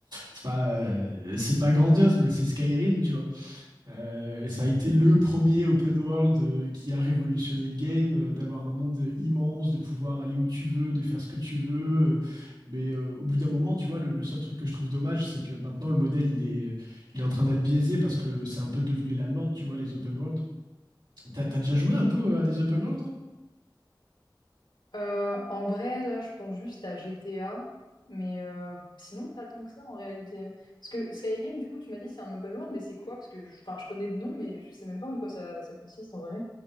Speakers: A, on the right; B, on the left.
A: c'est pas, euh, c'est pas grandiose, mais c'est Skyrim, tu vois. Euh, ça a été le premier open world euh, qui a révolutionné le game, euh, d'avoir un monde immense, de pouvoir aller où tu veux, de faire ce que tu veux. euh, mais euh, au bout d'un moment, tu vois, le, le seul truc que je trouve dommage, c'est que maintenant le modèle, il est, il est en train d'être biaisé parce que c'est un peu devenu la mode, tu vois, les open world. T'as, t'as déjà joué un peu à des open world, toi?
B: Euh, en vrai, là, je pense juste à GTA, mais euh, sinon pas tant que ça en réalité. Parce que Skyrim, du coup, tu m'as dit c'est un open world, mais c'est quoi? Parce que, je- enfin, je connais de nom, mais je sais même pas en quoi ça, ça consiste en vrai.